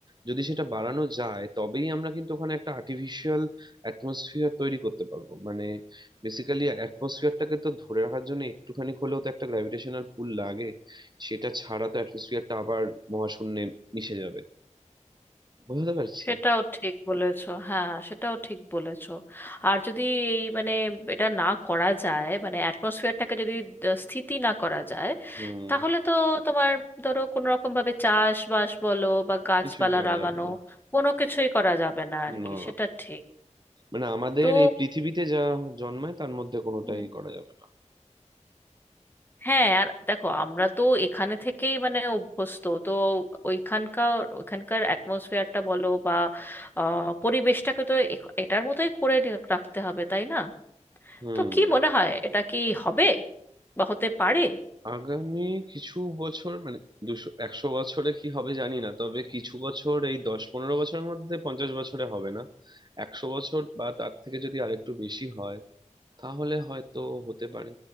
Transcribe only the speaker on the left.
সেটাও ঠিক বলেছো হ্যাঁ সেটাও ঠিক বলেছো আর যদি এই মানে এটা না করা যায় মানে অ্যাটমসফিয়ারটাকে যদি দ- স্থিতি না করা যায়
তাহলে তো তোমার ধরো কোনো রকম ভাবে চাষবাস বলো বা গাছপালা
লাগানো
কোনো কিছুই করা যাবে না আর
কি সেটা ঠিক
তো
হুম,
হ্যাঁ আর দেখো আমরা তো এখানে থেকেই মানে অভ্যস্ত তো ওইখানকার ওইখানকার অ্যাটমসফিয়ারটা বলো বা আহ, পরিবেশটাকে তো এ- এটার মতোই করে রাখতে হবে তাই না
তো কি মনে হয় এটা কি হবে বা হতে পারে